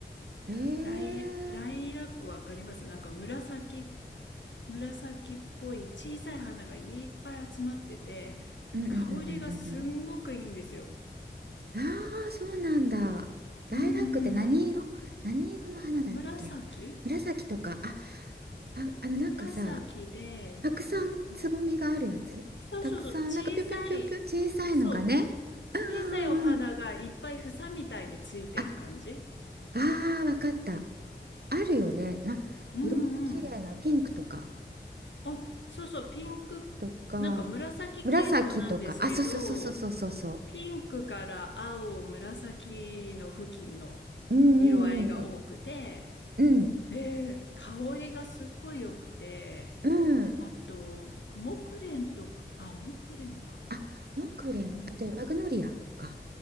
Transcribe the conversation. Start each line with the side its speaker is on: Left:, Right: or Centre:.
Right: うん。えー、
Left: ライ、ライラックわかりますなんか紫、紫っぽい小さい花がいっぱい集まってて、
Right: うん、うん、
Left: 香りがすんごくいいんですよ。
Right: うん、うん、うんうん。ああ、そうなんだ。ライラックって何色？
Left: うんうんうん。
Right: 何色の花だっけ？
Left: 紫
Right: 紫とか。あ、あ、あのなんかさ、
Left: 紫で、
Right: たくさんつぼみがあるやつたくさんなんかぴょんぴょんぴょんぴょん小さいのがねうんうんうんうん
Left: うんそうそうそう、小さい、そう、小さいお花がいっぱい房みたいについてる感じ
Right: ああーわかったあるよねないろんな綺麗なピンクとか
Left: うんうん。あ、そうそう、ピンク、
Right: とか紫とかあそうそうそうそうそうそうそ
Left: なんか紫系統なんですけど、ピンクから青、紫の付近の
Right: ううんうん
Left: 色合いが多くて、
Right: うんうん
Left: で、香りがすっごい良くて、
Right: うんうん
Left: あと、木蓮とか、あ、木蓮かな。
Right: あ木蓮あとマグノリアか
Left: うん。